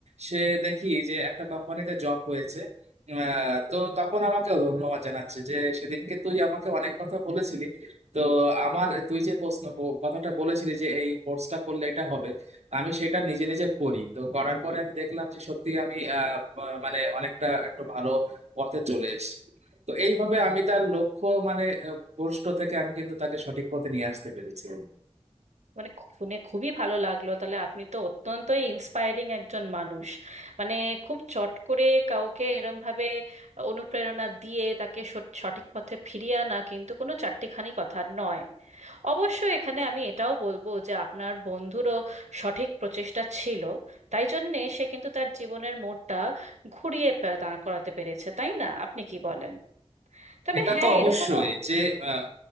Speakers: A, on the right; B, on the right.
A: সে দেখি যে একটা কোম্পানিতে জব হয়েছে আহ, তো তখন আমাকে ধন্যবাদ জানাচ্ছে যে সেদিনকে তুই আমাকে অনেক কথা বলেছিলি তো আমার তুই যে প্রশ্ন ব- কথাটা বলেছিলি যে এই কোর্সটা করলে এটা হবে আমি সেটা নিজে নিজে করি তো করার পরে আমি দেখলাম যে সত্যি আমি আহ, আহ, মানে অনেকটা একটু ভালো পথে চলে এসেছি তো এইভাবে আমি তার লক্ষ্য মানে আহ, ভ্রষ্ট থেকে আমি কিন্তু তাকে সঠিক পথে নিয়ে আসতে পেরেছি
B: মানে খু- শুনে খুবই ভালো লাগলো তাহলে আপনি তো অত্যন্তই ইন্সপায়ারিং একজন মানুষ মানে খুব চট করে কাউকে এরম ভাবে অনুপ্রেরণা দিয়ে তাকে সঠ- সঠিক পথে ফিরিয়ে আনা কিন্তু কোনো চারটিখানি কথা নয় অবশ্য এখানে আমি এটাও বলবো যে আপনার বন্ধুরও সঠিক প্রচেষ্টা ছিল তাই জন্যে সে কিন্তু তার জীবনের মোড়টা ঘুরিয়ে পে- দাঁড় করাতে পেরেছে তাই না আপনি কি বলেন তবে
A: এটা
B: হ্যাঁ
A: তো অবশ্যই
B: এরকমও
A: যে আহ,